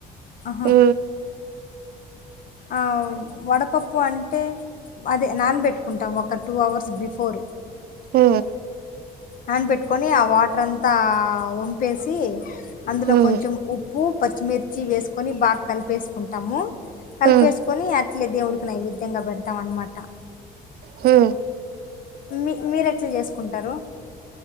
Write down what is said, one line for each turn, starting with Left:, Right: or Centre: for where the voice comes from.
Left: ఆహా
Right: హ
Left: ఆ వడపప్పు అంట అంటే అదే నాన్ పెట్టుకుంటాం ఒక టూ అవర్స్ బిఫోర్
Right: హ
Left: ఆన్ పెట్టుకొని ఆ వాటర్ అంతా వంపేసి అందులో
Right: హ్మ్
Left: కొంచెం ఉప్పు ఉప్పు పచ్చిమిర్చి వేసుకొని బాగా కలిపేసుకుంటాము కలిపేసుకొని
Right: హ్మ్
Left: అట్లే దేవుడికి ఈ విధ్యంగా పెడతాం అన్నమాట
Right: హ
Left: మీ మీర ఎట్లా చేసుకుంటారు